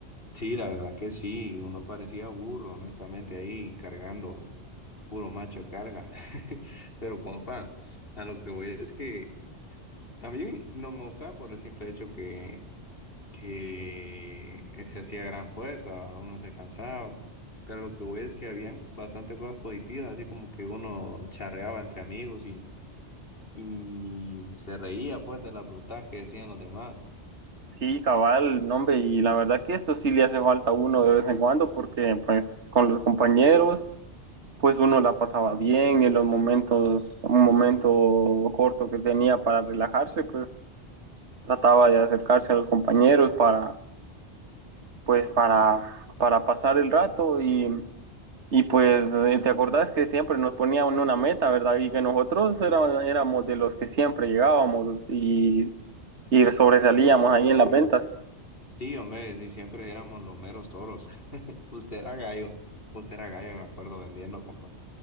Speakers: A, on the left (about 50°); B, on the right (about 70°).
A: Sí, la verdad que sí, uno parecía burro, honestamente, ahí cargando. puro macho de carga. <laughs> Pero compa, a lo que voy es que a mí no me gustaba por el simple hecho que, que se hacía gran fuerza, uno se cansaba. Pero lo que voy es que habían bastante cosas positivas, así como que uno charreaba entre amigos y, y se reía pues de las brutas que decían los demás.
B: Sí, cabal, no, hombre, y la verdad que esto sí le hace falta a uno de vez en cuando porque pues con los compañeros pues uno la pasaba bien en los momentos, un momento corto que tenía para relajarse, pues trataba de acercarse a los compañeros para pues para, para pasar el rato y, y pues eh, te acordás que siempre nos ponían una meta, ¿verdad? Y que nosotros era- éramos de los que siempre llegábamos y, y sobresalíamos ahí en las ventas.
A: Sí, hombre, sí, siempre éramos los meros toros. <laughs> Usted era gallo, usted era gallo, me acuerdo vendiendo, compa.